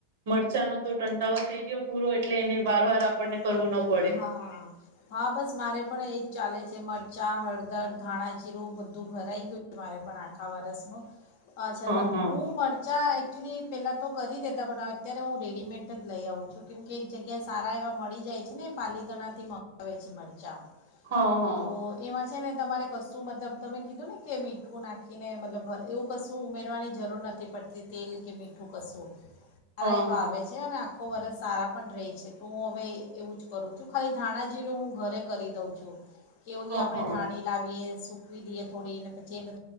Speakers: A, on the right; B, on the left.
A: મરચાંનો તો ટંટાળો થઈ ગયો પૂરો એટલે એને વારવાર આપણને
B: હા,
A: કરવું ન પડે.
B: હા બસ મારે પણ એ ચાલે છે મરચાં, હળદર, ધાણાજીરું બધું ભરાઈ ગયું છે મારે પણ આખા વરષનું અચ્છા
A: હ
B: તમ
A: હ
B: હુ મરચા અ ચ્યુલી પહેલાં તો કરી દેતા પણ અત્યારે હું રેડીમેન્ટ જ લઈ આવું છું કેમ કે એક જગ્યાએ સારા એવા મળી જાય છે ને પાલીતણાથી મગાવે છે મરચાં.
A: હ હ
B: તો એમાં છે ને તમારે કશું મતલબ તમે કીધું ને કે મીઠું નાખીને મતલબ એવું કશું ઉમેરવાની જરૂર નથી પડતી તેલ કે મીઠું કશું સારા
A: હ હ
B: એવા આવે છે અને આ આખુ વર્ષ સારા પણ રહે છે તો હું હવે એવું જ કરું છું ખાલી ધાણાજીરું હું ઘરે કરી દઉં છું. કે ઓલી
A: હ
B: આપણે
A: હ હ
B: ધાણી લાવીએ સુ <unintelligible> થોડી ને પછી એને